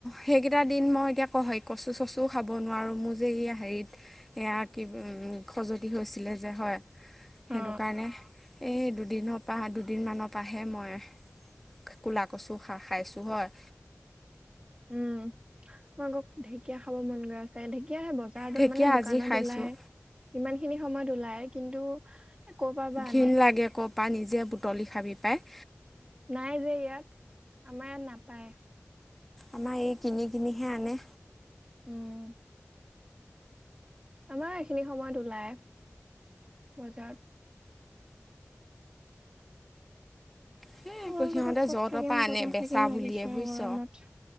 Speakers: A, in the centre; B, on the right.
A: সেইকেইটা দিন মই এতিয়া হয় কচু চচুও খাব নোৱাৰো মোৰ যে ই হেৰি এয়া কি উম খজতি হৈছিল। যে হয় সেইটো
B: অ
A: কাৰণে এই দুদিনৰ পা দুদিনমানৰ পৰাহে মই কলা কচু খা খাইছো হয়।
B: উম, মোৰ আকৌ ঢেকীয়া খাব মন গৈ আছে ঢেক কিয়াহে বজাৰত
A: ঢেকীয়া
B: মানে দোকানত
A: আজি খাইছোঁ
B: ওলাই, ইমান খিনি সময়ত ওলায়, কিন্তু ক'ৰ পৰা বা আনে
A: ঘিণ লাগে ক'ৰ পৰা নিজে বুটলি খাবি পায়।
B: নাই যে ইয়াত, আমাৰ ইয়াত নাপায়।
A: আমাৰ এই কিনি কিনিহে আনে।
B: উম আমাৰ এইখিনি সময়ত ওলাই, বজাৰত।
A: সেই
B: মোৰ
A: সিহঁতে
B: বোলো ক'ত
A: য'ৰ
B: থাকিম
A: ত'ৰ পৰা আনে
B: ক'ত নাথাকিম
A: বেচা
B: লাগিছে
A: বুলিয়ে বুজিছ
B: আৰু গৰমত।